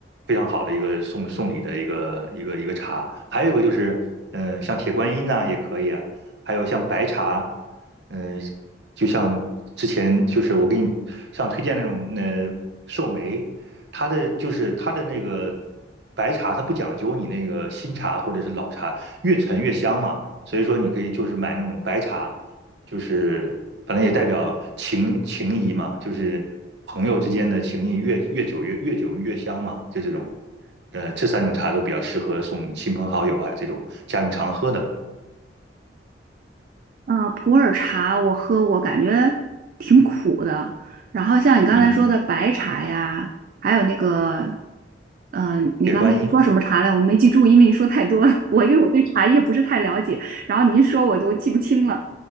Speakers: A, on the right; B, on the right.
A: 非常好的一个送送礼的一个一个一个茶。还有一个就是，呃，像铁观音呐、也可以啊，还有像白茶，嗯、就像之前就是我给你像推荐那种呃寿眉，它的就是它的那个白茶，它不讲究你那个新茶或者是老茶，越陈越香嘛，所以说你可以就是买那种白茶。就是反正也代表情情谊嘛，就是朋友之间的情谊越越久越越久越香嘛，就这种，呃，这三种茶都比较适合送亲朋好友啊这种家用常喝的。
B: 嗯，呃普洱茶我喝过，感觉挺苦的。然后像你刚才说的白茶呀，
A: 嗯，
B: 还有那个，嗯、你刚才还说什么茶来？
A: 铁观音
B: 我没记住，因为你说太多了。<laughs> 我因为我对茶叶不是太了解，然后你一说我都记不清了。